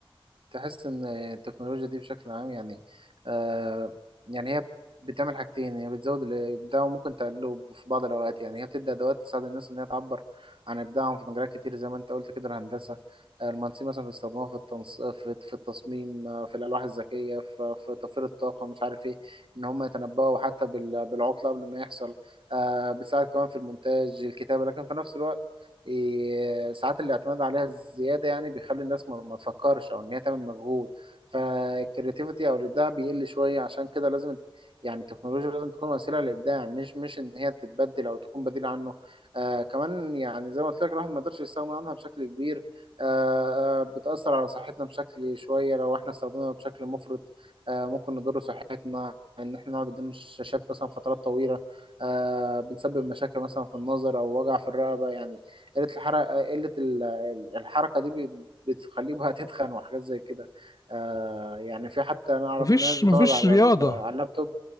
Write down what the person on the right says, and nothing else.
تحس ان التكنولوجيا دي بشكل عام يعني آه يعني هي بتعمل حاجتين هي بتزود الابداع وممكن تقلله في بعض الاوقات يعني هي بتدي ادوات تساعد الناس ان هي تعبر عن ابداعهم في مجالات كتير زي ما انت قلت كده الهندسه آه، المهندسين مثلا بيستخدموها في التنص... في في التصميم آه، في الالواح الذكيه في في توفير الطاقه مش عارف ايه ان هم يتنبؤوا حتى بال... بالعطله قبل ما يحصل آه بتساعد كمان في المونتاج الكتابه لكن في نفس الوقت إيه، ساعات الاعتماد عليها الزياده يعني بيخلي الناس ما ما تفكرش او ان هي تعمل مجهود فالكرياتيفيتي او الابداع بيقل شويه عشان كده لازم يعني التكنولوجيا لازم تكون وسيله للابداع مش مش ان هي تتبدل او تكون بديل عنه آه كمان يعني زي ما قلت لك الواحد ما يقدرش يستغنى عنها بشكل كبير آه آه، بتاثر على صحتنا بشكل شويه لو احنا استخدمناها بشكل مفرط آه ممكن نضر صحتنا ان احنا نقعد قدام الشاشات مثلا فترات طويله آه بنسبب مشاكل مثلا في النظر او وجع في الرقبه يعني قلة الحركة قلة ال- ال- الحركة دي بت- بتخليه بقى تتخن وحاجات زي كده آه يعني في حتى أنا أعرف
ناس بتقعد
على
ال- على اللابتوب